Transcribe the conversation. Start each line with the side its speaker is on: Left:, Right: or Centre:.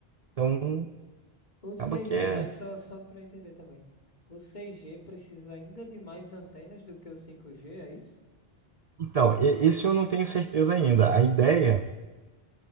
Right: Então,
Left: O 6G,
Right: acaba que é.
Left: aí só, só para entender também. O 6G precisa ainda de mais antenas do que o 5G, é isso?
Right: Então, e- esse eu não tenho certeza ainda. A ideia,
Left: Ah,